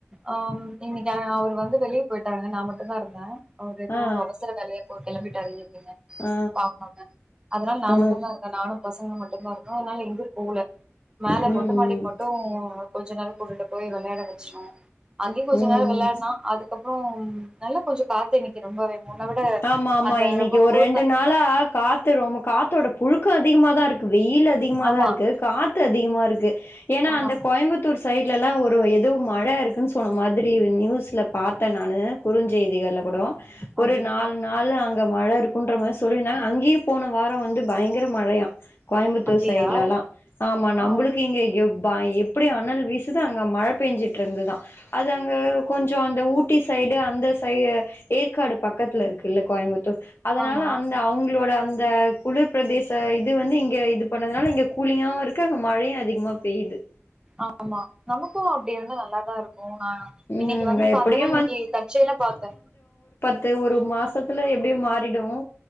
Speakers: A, on the right; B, on the left.
A: ஆம் இன்னைக்கு அ அவரு வந்து வெளிய போய்ட்டாங்க நா மட்டுந்தா இருந்த அவர் எதோ
B: ஆ
A: அவசர வேலையா போ கெளம்பிட்டாரு இன்னிக்குங்க
B: ஆ ஆ
A: ஆமாங்க அதுனால நா
B: ஆ
A: மட்டுந்தா இருக்க நானு பசங்க மட்டுந்தா இருந்தோ அதுனால எங்க்யு போல மேல
B: ம்
A: மொட்டமாடிக் மட்டு கொஞ்சோ நேரோ கூட்டிட்டு போய் வெளையாட வச்சோ அங்க்யு கொஞ்ச
B: ம் ம்
A: நேரோ வெளையாட்னா
B: ம்
A: அது கப்றோ நல்லா கொஞ்சோ காத்து இன்னைக்கு ரொம்பவே முன்ன விட
B: ஆமா ஆமா
A: அந்த
B: இன்னைக்கு
A: ரொம்ப
B: ஒ
A: புழுக்க
B: ரெண்டு நாளா காத்து ரொம காத்தோட புழுக்கோ அதிகமாதா இரு க்கு வெயில் அதிகமாதா
A: ஆமா
B: இருக்கு காத்து அதிகமா இருக்கு ஏனா
A: ஆமா
B: அந்த கோயம்புத்தூர் சைட்லலா ஒர் அப்பறோ எதோ மழ இருக்குன் சொன்ன மாத்ரி நியூஸில பாத்தே நானு குறுஞ்செய்திகள்ல கூடோ
A: அப்டி
B: மூண் நாளு அங்க மழ இருக்குன்ற மாரி சொல்லிருந்தாங்க அங்கயு போன வாரோ வந்து பயங்கர மழையா கோயம்புத்தூர்
A: அப்டியா
B: சைட்லல்லா ஆமா நம்பளுக்கு
A: ஆ
B: இங்க எவ் ப எப்டி அணல் வீசுது அங்க மழ பேஞ்சி ட்ருந்துதா அது அங்க கொஞ்சோ அந்த ஊட்டி சைடு அந்த சை ஏற்காடு பக் கத்துல இருக்குல்ல கோயம்புத்தூர் அதனால
A: ஆமா
B: அந்த அவுங்களோட அந்த குளிர் பிரதேச இது வந்து இங்க இது பண்ணதுனால இங்க கூலிங்காவு இருக்கு அங்க மழையு அதிகமா பெய்து
A: ஆமா நமக்கு அப்டி இருந்தா நல்லாதா இருக்குல்ல
B: ம்
A: இன்னைக்கி வந்து
B: எப்படியு
A: பாத்தன்னா இன்னைக்கி தற்ச்செய்லா பாத்தே
B: த்து ஒரு மாசத்துல எப்டியு மாறிடும்